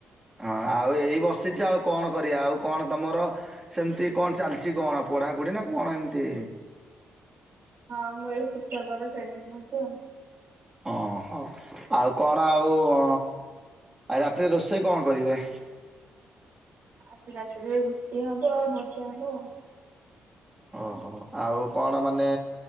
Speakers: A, on the right; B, on the right.
A: ହଁ, ଆଉ ଏଇ ବସିଛି, ଆଉ କଣ କରିବା? ଆଉ କଣ ତମର ସେମିତି କଣ ଚାଲିଛି କଣ, ପଢାପଢି ନା କଣ ଏମିତି?
B: ହଁ, ମୁଁ ଏଇ ଶିକ୍ଷକର ଟ୍ରେନିଂ ନଉଚି ଆଉ।
A: ଓହୋ! ଆଉ କଣ ଆଉ-ଉଁ ଆଇ ରାତିରେ ରୋଷେଇ କଣ କରିବେ?
B: ଆଜି ରାତିରେ ରୁଟି ହବ, ଆଉ ଭଜା ହବ ଆଉ।
A: ଓହୋ! ଆଉ କଣ ମାନେ